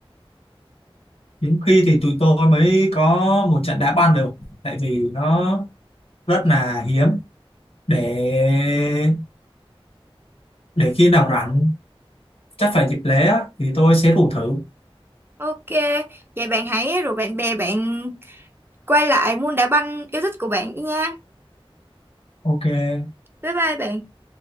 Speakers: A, on the left; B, on the right.
A: hiếm khi thì tụi tôi mới có một trận đá banh được tại vì nó rất là hiếm để để khi nào rảnh chắc phải dịp lễ á, thì tôi sẽ rủ thử
B: ok vậy bạn hãy rủ bạn bè bạn quay lại môn đá banh yêu thích của bạn đi nha
A: ok
B: bye bye bạn